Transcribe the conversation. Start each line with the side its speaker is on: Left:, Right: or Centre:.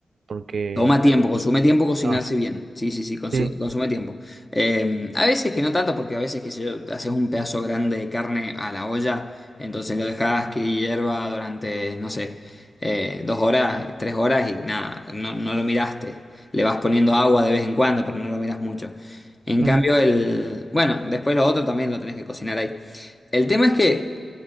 Right: porque...
Left: Toma tiempo, consume tiempo cocinarse
Right: No,
Left: bien. Sí, sí, sí, consu-
Right: sí,
Left: consume, tiempo. Eh, a veces que no tanto, porque a veces que sé yo, haces un pedazo grande de carne a la olla, entonces lo dejas que hierva durante, no sé, eh, dos horas, tres horas y nada, no, no lo miraste. Le vas poniendo agua de vez en cuando, pero no lo miras mucho. En
Right: mm,
Left: cambio, el, bueno, después lo otro también lo tenés que cocinar ahí. El tema es que